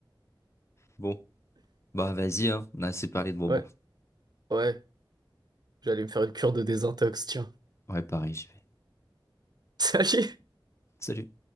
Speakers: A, on the left; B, on the right.
A: Bon, bah vas-y, hein. On a assez parlé de bonbons.
B: Ouais, ouais, j'allais me faire une cure de désintox, tiens.
A: Ouais, pareil, j'y vais.
B: <laughs> Salut.
A: Salut.